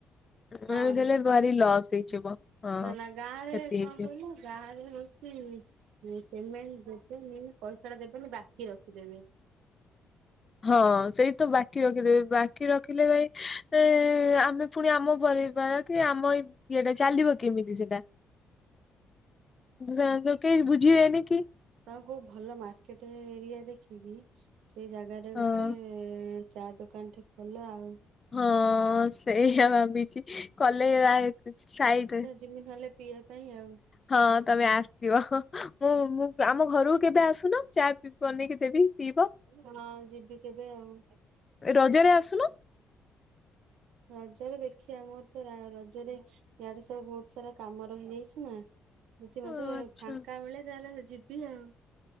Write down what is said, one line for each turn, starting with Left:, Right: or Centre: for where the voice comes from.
Left: ଆମ
Right: ହଁ।
Left: ଦେଲେ ଭାରି ଲସ୍ ହେଇଯିବ। ହଁ
Right: ନା ନା ଗାଁ ରେ
Left: କ୍ଷତି
Right: କଣ
Left: ହେଇଯିବ
Right: କହିଲ ଗାଁରେ ହୁଁ ପେମେଣ୍ଟ ଦେବେନି ପଇସା ଟା ଦେବେନି ବାକି ରଖିଦେବେ।
Left: ହଁ ସେଇଠି ତ ବାକି ରଖିଦେବ ବାକି ରଖିଦେବେ ହେଁ ଆମେ ପୁଣି ଆମ ପରିବାର କି ଆମ ଇଏଟା ଚାଲିବ କେମିତି ସେଟା। ନାତ କେହି ବୁଝିିବେନି କି?
Right: ତ କୋଉ ଭଲ ମାର୍କେଟ ଏରିଆ ଦେଖିକି ସେ ଜାଗାରେ ଗୋଟେ
Left: ହଁ
Right: ସେ ଚା ଦୋକାନ ଟେ ଖୋଲ ଆଉ।
Left: ହଁ ସେଇଆ ଭାବିଛି କଲେଜ ସାଇଡରେ।
Right: ଜେମି ହଲେ ପିଇବା ପାଇଁ ଆଉ।
Left: ହଁ ତମେ ଆସିବ ମୁ ମୁଁ ଆମ ଘରକୁ କେବେ ଆସୁନା ଚା ମୁଁ ବନେଇକି ଦେବି ପିଇବ।
Right: ହଁ ଯିବି କେବେ ଆଉ।
Left: ରଜ ରେ ଆସୁନ?
Right: ରଜରେ ଦେଖିବା ମୋର ତ ରଜରେ ୟାଆଡେ ସବୁ ବହୁତ ସାରା କାମ ରହିଯାଇଛି ନା। ଯଦି ମତେ
Left: ହଁ, ଆଚ୍ଛା
Right: ଫାଙ୍କା ମିଳେ ତାହେଲେ ଯିବି ଆଉ।